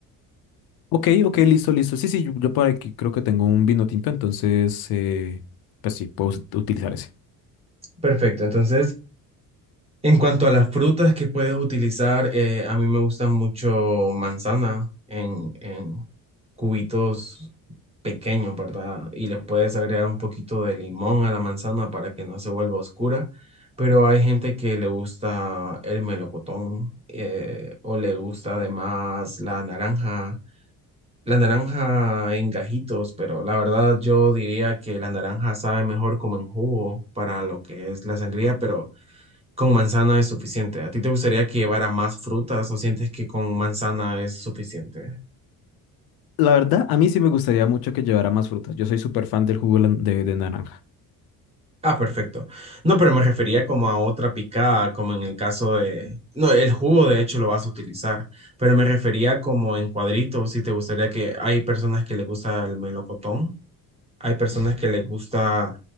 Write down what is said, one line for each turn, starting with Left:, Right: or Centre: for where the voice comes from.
Left: Ok, ok, listo, listo. Sí, sí, yo, yo por aquí creo que tengo un vino tinto, entonces, eh, pues sí, puedo ut- utilizar ese.
Right: Perfecto, entonces En cuanto a las frutas que puedes utilizar, eh, a mí me gusta mucho manzana en, en cubitos pequeños, ¿verdad? Y le puedes agregar un poquito de limón a la manzana para que no se vuelva oscura, pero hay gente que le gusta el melocotón eh, o le gusta además la naranja, la naranja en gajitos, pero la verdad yo diría que la naranja sabe mejor como en jugo para lo que es la sangría, pero con manzana es suficiente. ¿A ti te gustaría que llevara más frutas o sientes que con manzana es suficiente?
Left: La verdad, a mí sí me gustaría mucho que llevara más frutas. Yo soy súper fan del jugo de, lan- de de naranja.
Right: Ah, perfecto. No, pero me refería como a otra picada, como en el caso de... No, el jugo de hecho lo vas a utilizar, pero me refería como en cuadritos, si te gustaría que hay personas que les gusta el melocotón. Hay personas que les gusta